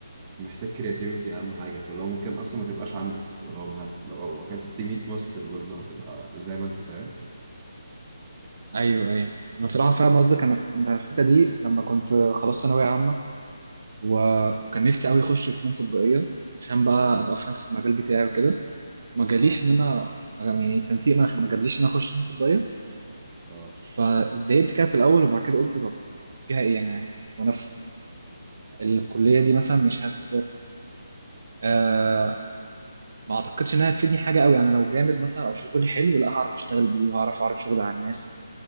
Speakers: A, on the right; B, on the right.
A: محتاج كرياتيفيتي اهم حاجة فاللي هو ممكن اصلا ما تبقاش عندك ولو هت... لو اخدت 100 ماستر برضه هتبقى زي ما انت فاهم
B: ايوه ايوه انا بصراحه فاهم قصدك انا في انا في الحته دي لما كنت خلاص ثانويه عامه و... وكان نفسي قوي اخش فنون تطبيقيه عشان بقى
A: اه
B: ابقى في نفس المجال بتاعي وكده ما جاليش
A: اه
B: ان انا يعني التنسيق ما ما جابليش ان انا اخش فنون تطبيقيه
A: اه
B: فاتضايقت كده في الاول وبعد كده قلت طب فيها ايه يعني وانا في الكليه دي مثلا مش هت آه ما اعتقدش انها هتفيدني حاجه قوي يعني لو جامد مثلا او شغلي حلو لا هعرف اشتغل بيه وهعرف اعرض شغلي على الناس